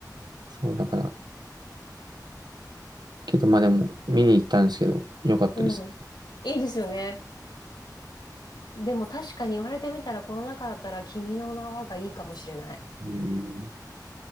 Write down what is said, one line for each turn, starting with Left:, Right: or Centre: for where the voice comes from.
Right: そう、だから、けど、まあでも、見に行ったんですけど、よかったです。
Left: うん。いいですよね。でも確かに言われてみたらコロナ禍だったら君の名はがいいかもしれない。
Right: うん。